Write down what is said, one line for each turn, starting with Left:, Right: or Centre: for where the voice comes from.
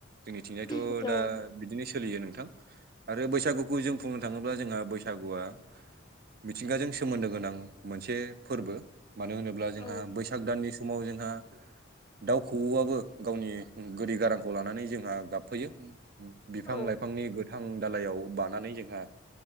Right: जोंनिथिंजायथ'
Left: औ औ
Right: दा
Left: औ
Right: बिदिनो सोलियो नोंथां आरो बैसागुखौ जों बुंनो थाङोब्ला जोंहा बैसागुआ मिथिंगाजों सोमोन्दो गोनां मोनसे फोरबो मानो होनोब्ला जोंहा
Left: औ
Right: बैसाग दाननि समाव जों जोंहा दाउ खौवौआबो गावनि गोदै गारांखौ लानानै जोंहा गाबफैयो। बिफां
Left: औ
Right: -लाइफांनि गोथां दालायाव बानानै जोंहा